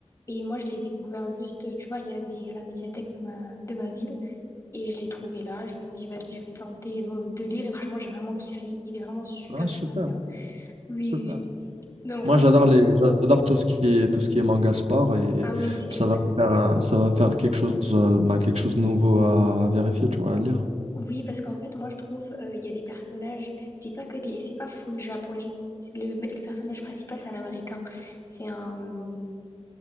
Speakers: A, on the left; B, on the right.
A: Et moi, je l'ai découvert juste, tu vois, il y avait la médiathèque de ma, de ma ville et je l'ai trouvé là. Je me suis dit, vas-y, je vais tenter de, de lire. Et franchement, j'ai vraiment kiffé. Il est vraiment super,
B: Ah, super.
A: super bien. Oui,
B: Super.
A: oui. oui. Donc,
B: Moi,
A: franchement,
B: j'adore les, j'adore tout ce qui est, tout ce qui est manga sport et
A: ah oui, c'est
B: ça
A: incroyable.
B: va me faire, euh, ça va me faire quelque chose, euh, bah, quelque chose de nouveau à, à vérifier, tu vois, à lire.
A: Oui, parce qu'en fait, moi, je trouve, euh, il y a des personnages, c'est pas que des, c'est pas full japonais. C'est Le, le personnage principal, c'est un Américain. C'est un,